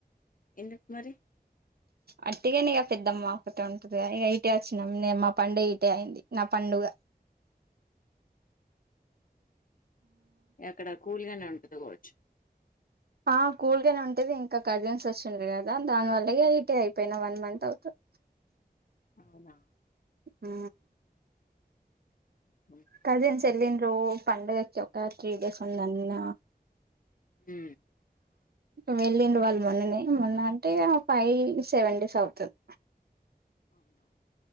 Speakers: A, on the left (about 55°); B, on the right (about 70°).
A: ఎందుక్ మరి
B: అట్టిగని ఇక పెద్దమ్మ ఒక్కతే ఉంటది ఇక ఇటే వచ్చినాం నేను మా పండు ఇటే అయింది నా పండుగ
A: <inaudible> ఎక్కడ కూల్గానే ఉంటుందికోవచ్చు
B: ఆ కూల్గానే ఉంటది ఇంకా కర్జెన్స్ వచ్చిండ్రారు కదా దానివల్ల రీటే అయిపోయిన వన్ మంత్ అవుతంది
A: అవున
B: ఆ
A: అ
B: కజిన్స్ వెళ్ళిిన్రు పండుగకి ఒక త్రీ డేస్ ఉందన్న
A: ఉ
B: వెళ్ళిండి వాళ్ళు మొన్ననే మొన్న అంటే ఫైవ్ సెవెన్ డేస్ అవుతుంది
A: అవునవును